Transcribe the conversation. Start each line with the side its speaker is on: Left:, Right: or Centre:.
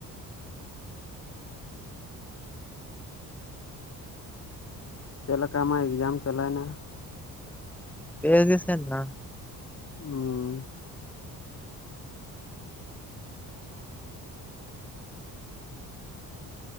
Left: ᱪᱮᱫ ᱞᱮᱠᱟ ᱟᱢᱟᱜ ᱮᱠᱡᱟᱢ ᱪᱟᱞᱟᱣ ᱮᱱᱟ
Centre: ᱵᱮᱥ ᱜᱮ ᱥᱮᱱ ᱮᱱᱟ
Left: ᱦᱚᱸ